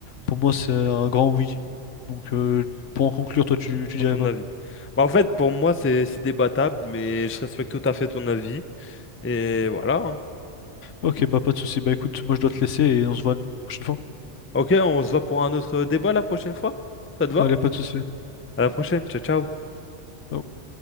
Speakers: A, on the left; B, on the left.
A: Pour moi c'est un grand oui. Donc euh, pour en conclure, toi tu
B: comprends
A: tu dirais
B: ton
A: quoi?
B: avis. Bah, en fait, pour moi, c'est c'est débattable, mais je respecte tout à fait ton avis. Et voilà. hein.
A: Ok, bah pas de souci. Bah écoute, moi je dois te laisser et on se voit une prochaine fois.
B: Ok, on se voit pour un autre débat la prochaine fois. Ça te va?
A: Allez, pas de souci.
B: À la prochaine, ciao ciao.
A: Ciao.